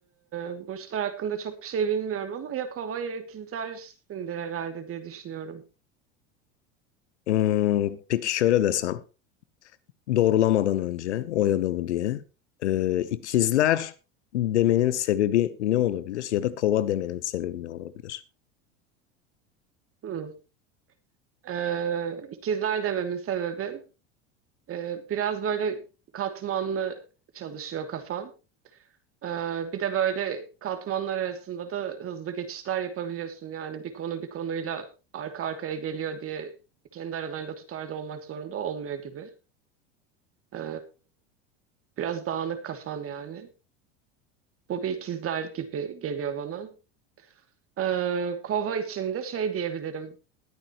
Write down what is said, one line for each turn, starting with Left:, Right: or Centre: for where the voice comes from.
Right: e, burçlar hakkında çok bir şey bilmiyorum ama ya kova ya ikizlersindir herhalde diye düşünüyorum.
Left: Hmm, peki şöyle desem, doğrulamadan önce o ya da bu diye. Ee, ikizler demenin sebebi ne olabilir? Ya da kova demenin sebebi ne olabilir?
Right: Hmm. E, ikizler dememin sebebi e, biraz böyle katmanlı çalışıyor kafan. E, bir de böyle katmanlar arasında da hızlı geçişler yapabiliyorsun. Yani bir konu bir konuyla arka arkaya geliyor diye kendi aralarında tutarlı olmak zorunda olmuyor gibi. E, biraz dağınık kafan yani. Bu bir ikizler gibi geliyor bana. Ee, kova içinde şey diyebilirim.